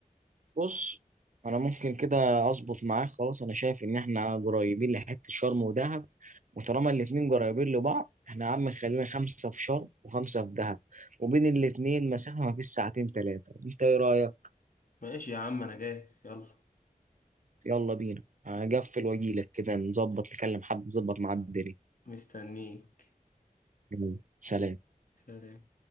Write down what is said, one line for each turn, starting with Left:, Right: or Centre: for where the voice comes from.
Right: بص انا ممكن كده اظبط معاك خلاص انا شايف ان احنا قريبين لحته شرم ودهب وطالما الاتنين قريبين لبعض احنا يا عم خلينا خمسه في شرم وخمسه في دهب وبين الاتنين مسافه ما فيش ساعتين ثلاثه انت ايه رايك
Left: ماشي يا عم انا جاهز يلا
Right: يلا بينا هقفل واجيلك كده نظبط نكلم حد نظبط مع الدنيا
Left: مستنيك
Right: يلا، سلام
Left: سلام